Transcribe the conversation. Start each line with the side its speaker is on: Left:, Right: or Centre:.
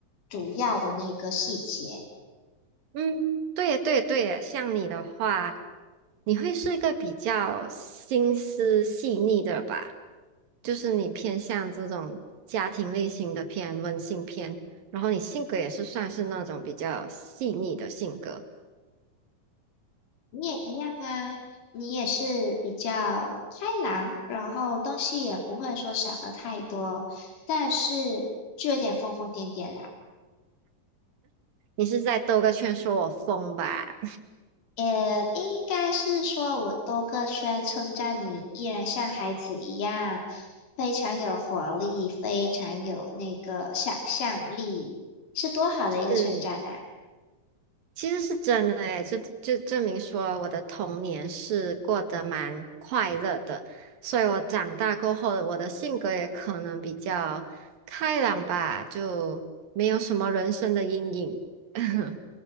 Left: 主要的那个细节。
Right: 嗯，对呀，对呀，对，呀。像你的话，你会是一个比较心思细腻的吧？就是你偏向这种家庭类型的片、温馨片，然后你性格也是算是那种比较细腻的性格。
Left: 你也一样啊，你也是比较开朗，然后东西也不会说想的太多，但是就有点疯疯癫癫啦。
Right: 你是在兜个圈说我疯吧？
Left: 也应该是说我兜个圈称赞你，依然像孩子一样，非常有活力，非常有那个想象力，是多好的一个成长啊！
Right: <laughs> 其实是真的诶，就就证明说我的童年是过得蛮快乐的，所以我长大过后，我的性格也可能比较开朗吧，就没有什么人生的阴影。<laughs>